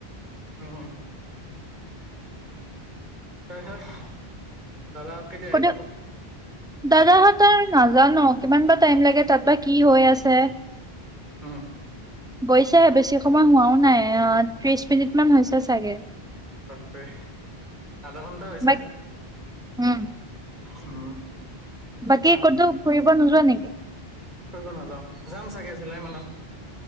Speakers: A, on the right (about 45°); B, in the centre.
A: অ তাৰপিছত? দাদাহঁত কেতিয়া আহি
B: হেটো
A: পাব
B: দাদাহঁতৰ নাজানো কিমান বা টাইম লাগে তাত বা কি হৈ আছে?
A: উম।
B: গৈছেহে বেছি সময় হোৱাও নাই, অহ ত্ৰিশ মিনিট মান হৈছে চাগে।
A: তাকে, আধা ঘন্টা হৈছে?
B: বাক উম।
A: উম।
B: বাকী
A: কোৱা
B: ক'তো ফুৰিব নোযোৱা নিকি?
A: ফুৰিব নাযাওঁ, যাম চাগে জুলাই মানত।